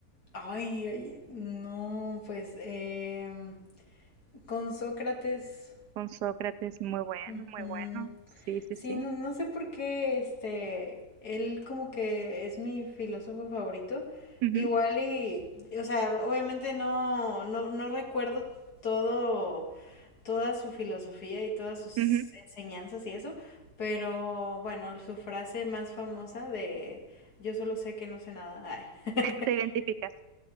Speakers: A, on the left; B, on the right.
A: ay, ay, no, pues, em, con Sócrates.
B: Con Sócrates, muy bueno,
A: ujú.
B: muy bueno. Sí, sí,
A: Sí,
B: sí.
A: no, no sé por qué, este, él como que es mi filósofo favorito.
B: Ujú,
A: Igual y, o sea, obviamente no, no, no recuerdo todo, toda su filosofía y todas sus
B: ujú.
A: enseñanzas y eso, pero bueno, su frase más famosa de yo solo sé que no sé nada. Ay.
B: Te
A: <laughs>
B: identificas.